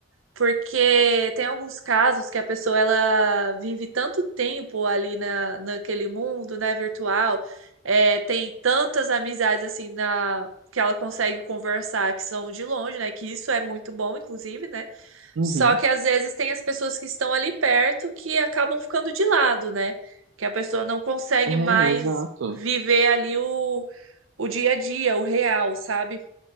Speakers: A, on the right; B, on the right.
A: Porque tem alguns casos que a pessoa ela vive tanto tempo ali na, naquele mundo, né, virtual, é, tem tantas amizades assim na que ela consegue conversar que são de longe, né? Que isso é muito bom, inclusive, né?
B: uhum,
A: Só que às vezes tem as pessoas que estão ali perto que acabam ficando de lado, né? Que a pessoa não consegue
B: é,
A: mais
B: exato,
A: viver ali o, o dia a dia, o real, sabe?